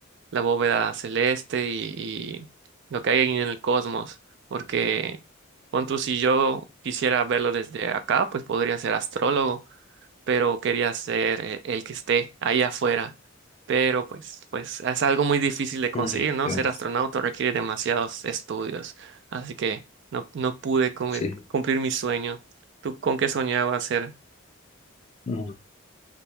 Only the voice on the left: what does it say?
Mm,
yo,
sí.
Mm.